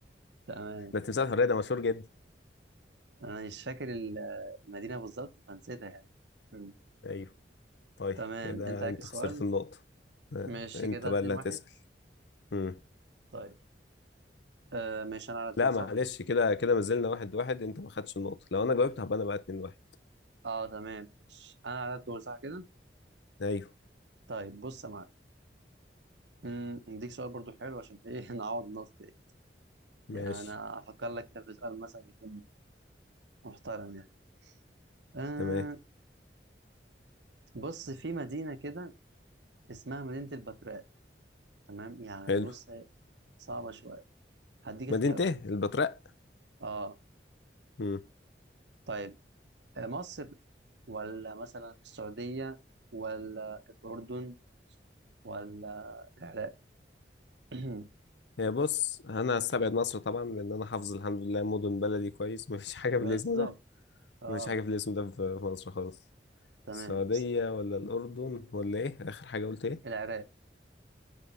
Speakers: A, on the right; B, on the left.
A: تمام
B: ده تمثال الحرية ده مشهور جدا
A: انا مش فاكر ال- المدينه بالظبط فنسيتها يعني مم.
B: ايوه طيب
A: تمام
B: كده
A: انت عليك
B: انت
A: السؤال
B: خسرت النقطة آه،
A: ماشي
B: انت
A: كده
B: بقى
A: 2
B: اللي
A: 1
B: هتسأل مم.
A: طيب آه ماشي انا على الدور
B: لا
A: صح
B: معلش كده كده ما زلنا واحد واحد انت ما خدتش النقطة لو انا جاوبت هبقى انا بقى اتنين واحد
A: اه تمام ماشي انا على الدور صح كده
B: ايوه
A: طيب بص يا معلم مم، اديك سؤال برضو حلو عشان ايه <laughs> نعوض النقطه دي
B: ماشي
A: يعني انا افكر لك كده في سؤال مثلا يكون محترم يعني أه
B: تمام
A: بص في مدينة كده اسمها مدينة البتراء تمام يعني
B: حلو
A: بص هي صعبة شوية هديك اختيارات
B: مدينة ايه البتراء
A: اه
B: مم.
A: طيب آه، مصر ولا مثلا السعودية ولا الأردن ولا العراق <clears throat>
B: هي بص انا هستبعد مصر طبعا لان انا حافظ الحمد لله مدن بلدي كويس ما فيش حاجة
A: بالظبط
B: بالاسم ده
A: اه
B: ما فيش حاجة في الاسم ده في في مصر خالص
A: تمام
B: السعودية ولا الأردن ولا ايه آخر حاجة قلت ايه
A: العراق